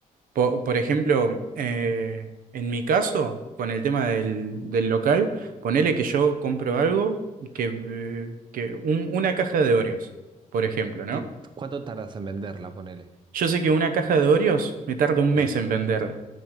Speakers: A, on the right; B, on the right.
A: Po- Por, ejemplo, eh, en mi caso, con el tema del, del local, ponele que yo compro algo que, eh, que un- una caja de Oreos, por ejemplo, ¿no?
B: ¿Qué, cuánto tardas en venderla, ponele?
A: Yo sé que una caja de Oreos me tarda un mes
B: Sí.
A: en venderla,